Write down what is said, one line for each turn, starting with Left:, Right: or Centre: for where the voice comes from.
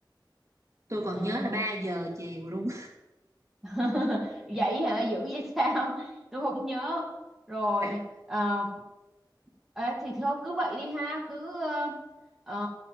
Right: tôi còn
Centre: Ờ.
Right: nhớ là 3 giờ chiều luôn
Centre: <laughs> vậy hả dữ vậy sao tôi không nhớ rồi
Right: <laughs>
Centre: ờ, ê, thì thôi cứ vậy đi ha cứ ờ, ờ,